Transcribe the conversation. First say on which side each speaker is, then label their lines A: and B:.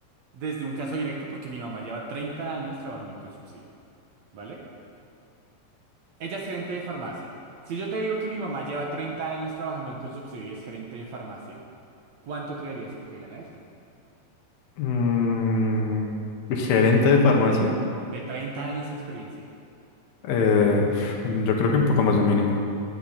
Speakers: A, on the right; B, on the left.
A: desde un caso directo porque mi mamá lleva 30 años trabajando en Colsubsidio, ¿vale? Ella es gerente de farmacia. Si yo te digo que mi mamá lleva 30 años trabajando en Colsubsidio y es gerente de farmacia, ¿cuánto creerías tú que gana ella?
B: Mm, ¿gerente de farmacia?
A: De 30 años de experiencia.
B: Eh, yo creo que un poco más de un mínimo.